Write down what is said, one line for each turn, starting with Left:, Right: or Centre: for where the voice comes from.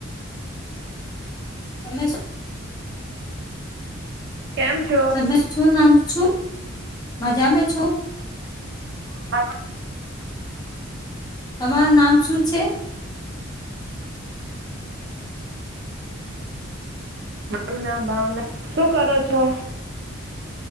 Left: તમે શું
Right: કેમ છો?
Left: તમે શું નામ છું? મજામાં છો?
Right: હલો
Left: તમારું નામ શું છે?
Right: મારું નામ ભાવના. શું કરો છો?